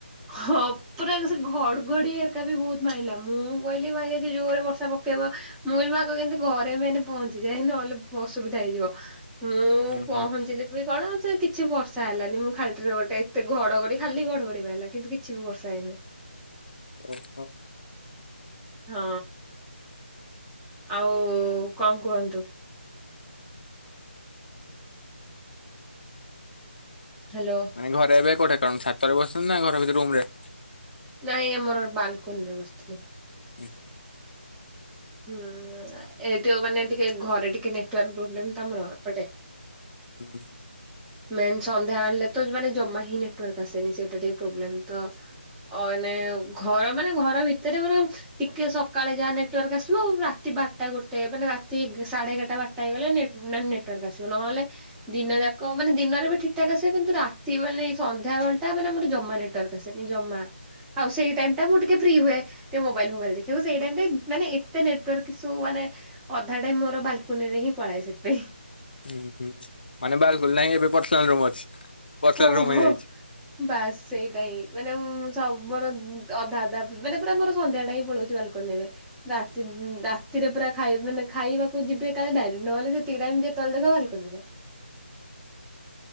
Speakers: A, in the centre; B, on the left.
A: ହଁ ପୁରା ସେ ଘଡଘଡି ହେରିକା ବୋହୁତ ମାଇଲା, ମୁଁ କହିଲି ଭାଇ ଆଜି ଜୋରେ ବର୍ଷା ପକେଇବ ମୁଁ କହିଲି ମୁଁ ଆଗେ କେମିତି ଘରେ ମେନ୍ ପହଁଞ୍ଚି ଯାଏ, ନହେଲେ ଅସୁବିଧା ହେଇଯିବ। ମୁଁ
B: ହୁଁ
A: ପହଞ୍ଚିଲି
B: ହୁଁ
A: ବି କଣ ସେ କିଛି ବ ର୍ଷା ହେଲାନି ମୁଁ ଖାଲିଟାରେ ଗୋଟେ ଏତେ ଘଡଘଡି ଖାଲି ଘଡଘଡି ମାଇଲା। କିନ୍ତୁ କିଛି ବି ବର୍ଷା ହେଇନି।
B: ଓହୋ।
A: ହଁ। ଆଉ କଣ କୁହନ୍ତୁ। ହ୍ୟାଲୋ
B: ମାନେ ଘରେ ଏବେ କୋଉଠେ? କାଣ ଛାତରେ ବସିଚନ୍ତି ନା ଘର ଭିତରେ ରୁମ୍ ରେ?
A: ନାଇଁ ଆମର ବାଲକୁନି ରେ ବସିଥିଲି।
B: ହୁଁ।
A: ହୁଁ ଏ ଯୋଉ ମାନେ ଟିକେ ଘରେ ଟିକେ ନେଟୱାକ ପ୍ରୋବ୍ଲେମ୍ ତମର ଏପଟେ।
B: ହୁଁ।
A: ମେନ୍ ସନ୍ଧ୍ୟାବେଳେତ ମାନେ ଜମା ହିଁ ନେଟୱାର୍କ ଆସେନି ସେଟା ଟିକେ ପ୍ରୋବ୍ଲେମ୍ ତ ଅ ଘର ମାନେ ଘର ଭିତରେ ବରଂ ଟିକେ ସକାଳେ ଯାହା ନେଟୱାର୍କ ଆ ରାତି ବାରଟା ଗୋଟେ ମାନେ ରାତି ସାଢେ ଏଗାରଟା ବାରଟା ହେଇଗଲେ ନେଟ ମାନେ ନେଟୱାର୍କ ଆସିବ ନହେଲେ ଦିନ ଯାକ ମାନେ ଦିନରେ ବି ଠିକ୍ ଠାକ୍ ଆସିବ, କିନ୍ତୁ ରାତି ମାନେ ସନ୍ଧ୍ୟା ବେଳଟା ମାନେ ଆମର ଜମା ନେଟାୱାର୍କ ଆସେନି ଜମା ଆଉ ସେଇ ଟାଇମ ଟା ମୁଁ ଟିକେ ଫ୍ରି ହୁଏ। ଟିକେ ମୋବାଇଲ ଫୋବାଇଲ ଦେଖିବାକୁ ସେଇ ଟାଇମ୍ ରେ ମାନେ ନେଟୱାର୍କ କି ସୁ ମାନେ ଅଧା ଟାଇ ମୋର ବାଲ୍କୁନି ରେ ହିଁ ପଳାଏ ସେଥିପାଇଁ।
B: ହୁଁ ହୁଁ ମାନେ ବାଲକୁଲ ନାହିଁ ଏବେ ପର୍ସନାଲ ରୁମ୍ ଅଛି। ପର୍ସନାଲ
A: ହଁ
B: ରୁମ ହେଇଯାଇଛି।
A: ହଁ ବାସ୍ ସେଇଟା ହିଁ ମାନେ ମୁଁ ତବର ଅଧା ଅଧା ମାନେ ପୁରା ମୋର ସନ୍ଧ୍ୟା ଟାଇମ ପୁଳୋଉଚି ବାଲକୋନି ରେ ରାତି ରାତିରେ ପୁରା ଖାଇ ମାନେ ଖାଇବାକୁ ଯିବେ କାଳେ ଡାଇନିଙ୍ଗ ନହେଲେ ସେ ଟାଇମରେ ଯେତବେଳେ ଦେଖ ବାଲକୋନିରେ।